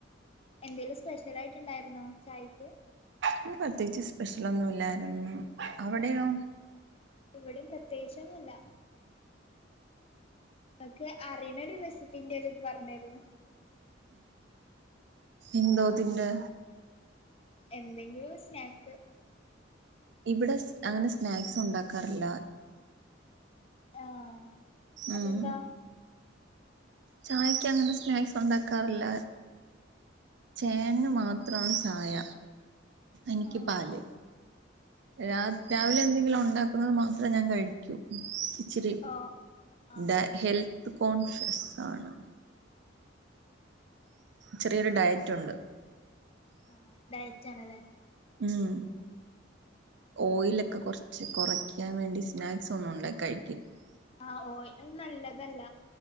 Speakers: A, on the left; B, on the right.
A: എന്തേലും സ്പെഷലായിട്ട് ഇണ്ടായിർ ന്നോ ചായക്ക്.
B: ഇന്ന് പ്രത്യേകിച്ച് സ്പെഷ്യൽ ഒന്നും ഇല്ലായിരുന്നു. അവിടെയാ
A: ഇവിടീം പ്രത്യേകിച്ചൊന്നുല്ല. ങ്ങക്ക് അറിണ ഒരു റെസിപ്പിന്റെ ഇത് പർഞ്ഞരോ.
B: ഇന്തോ തിന്റെ.
A: എന്തെങ്കിലും സ്നാക്ക്.
B: ഇവിടെ അങ്ങനെ സ്നാക്സ് ഉണ്ടാക്കാറില്ല.
A: ആഹ് അതെന്താ
B: ഉം ചായക്ക് അങ്ങനെ സ്നാക്സ് ഉണ്ടാക്കാറില്ല ചേന് മാത്രാണ് ചായ എനിക്ക്
A: ആഹ്
B: പാല്. രാ രാവിലെ എന്തെങ്കിലും ഉണ്ടാക്കുന്നത് മാത്രം ഞാൻ കഴിക്കൂ ഇച്ചിരി
A: ഓഹ് ആഹ്
B: ട ഹെൽ കോൺഷ്യസ് ആണ്. ചെറിയൊരു ഡയറ്റുണ്ട്.
A: ആ ഡയറ്റാണ്ലെ
B: ഉം ഓയിലൊക്കെ കുറച്ച് കുറയ്ക്കാൻ വേണ്ടി സ്നാക്സ് ഒന്നും ണ്ട കഴി
A: ആഹ് ഓയില് നല്ലതല്ല